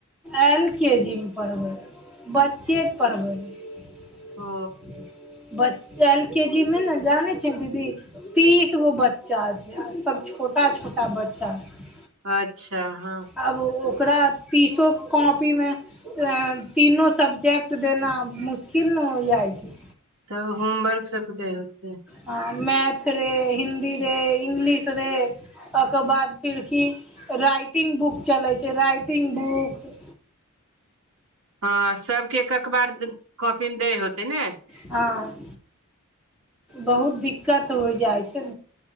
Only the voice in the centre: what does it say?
एल के जी मे पढ़बै रहे। ब ब्चेक पढ़बै रह
बच एल के जी मे ने जानै छै दीदी? तीसगो बच्चा छै, सब छोटा छोटा बच्चा छै।
आब ओ ओकरा तीसो कॉपीमे तीनो सब्जेक्ट देना मुश्किल ने हो जाइ छै।
हाँ मैथ रे, हिन्दीे रे, इंग्लिश रे ओकर बाद फिर की राइटिंग बुक चलै छै राइ टिगं बुक
हाँ बहुत दिक्कत होइ जाइ छै।